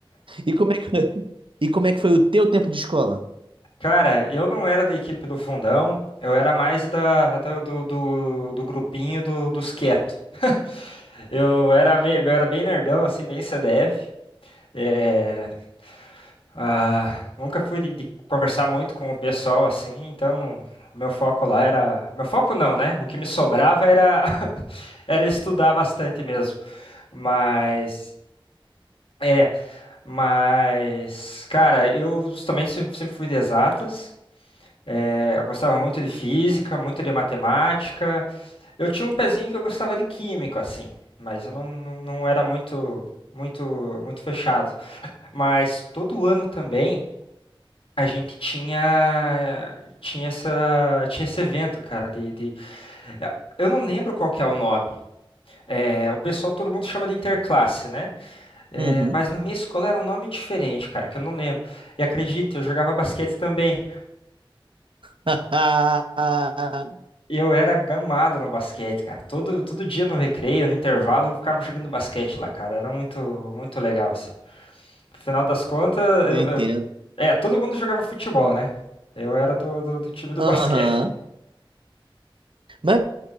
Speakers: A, on the right; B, on the left.
A: E como é que, <laughs> e como é que foi o teu tempo de escola?
B: Cara, eu não era da equipe do fundão, eu era mais da, da- do, do, do grupinho do- dos quietos. <laughs> Eu era, meio, eu era bem nerdão, assim, bem CDF. É, ah, nunca fui de, de conversar muito com o pessoal, assim, então meu foco lá era... Meu foco não, né? O que me sobrava era, <laughs> era estudar bastante mesmo. Mas... É, mas, cara, eu também sempre sempre fui de exatas. É, eu gostava muito de física, muito de matemática. Eu tinha um pezinho que eu gostava de químico, assim, mas eu não, não, não era muito, muito, muito fechado. Mas todo ano também a gente tinha, tinha essa, tinha esse evento, cara, de, de- é, eu não lembro qual que é o nome. É, o pessoal, todo mundo chama de interclasse, né? É,
A: Uhum.
B: mas na minha escola era um nome diferente, cara, que eu não lembro. E acredita, eu jogava basquete também.
A: <laughs>
B: Eu era gamado no basquete, cara. Todo, todo dia no recreio, no intervalo, eu ficava jogando basquete lá, cara. Era muito, muito legal, assim. final das contas, eu,
A: Eu entendo.
B: eu- é, todo mundo jogava futebol, né? Eu era do, do, do time do
A: Aham.
B: basquete.
A: Mas me